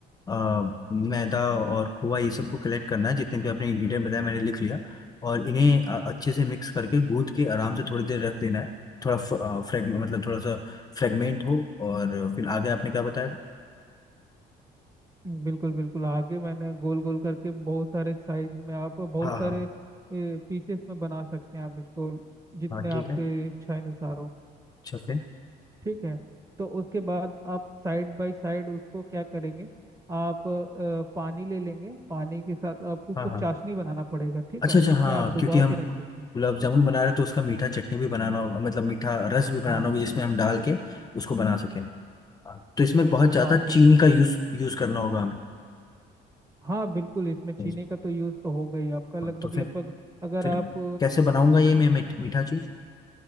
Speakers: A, on the left; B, on the right.
A: आ, मैदा और खोआ ये सबको कलेक्ट करना है जितने भी आपने इंग्रेडिएंट बताया मैंने लिख लिया और इन्हें आ, अच्छे से मिक्स करके गूंथ के आराम से थोड़ी देर रख देना है थोड़ा फ्रेगमेंट मतलब थोड़ा सा फ्रेगमेंट हो और फिर आगे आपने क्या बताया था?
B: बिल्कुल बिल्कुल आगे मैंने गोल गोल करके बहुत सारे साइज में आप बहुत
A: हाँ हाँ
B: सारे पीसेस में बना सकते हैं आप इसको जितने
A: हाँ ठीक
B: आपके
A: है
B: इच्छा अनुसार हो
A: अच्छा फिर
B: ठीक है तो उसके बाद आप साइड बाय साइड उसको क्या करेंगे आप अ, पानी ले लेंगे पानी के साथ आपको उसको
A: हाँ
B: चाशनी
A: हाँ
B: बनाना पड़ेगा ठीक
A: अच्छा
B: है
A: अच्छा
B: जिसमें
A: हाँ
B: आप डुबा
A: क्योंकि हम
B: के रख सकते हैं
A: गुलाब जामुन बना रहे हैं तो उसका मीठा चटनी भी बनाना होगा मतलब मीठा रस भी बनाना
B: हाँ
A: होगा जिसमें हम डाल के उसको बना सकें हाँ, तो इसमें बहुत ज़्यादा
B: हाँ बिल्कुल
A: चीनी का
B: बिल्कुल
A: यूज यूज करना होगा हमें
B: हाँ बिल्कुल इसमें चीनी
A: हाँ,
B: का तो यूज़ तो हो गई आपका लगभग
A: हाँ, तो फिर
B: लगभग अगर
A: फिर
B: आप
A: कैसे बनाऊंगा ये मैं मीठ- मीठा चीज़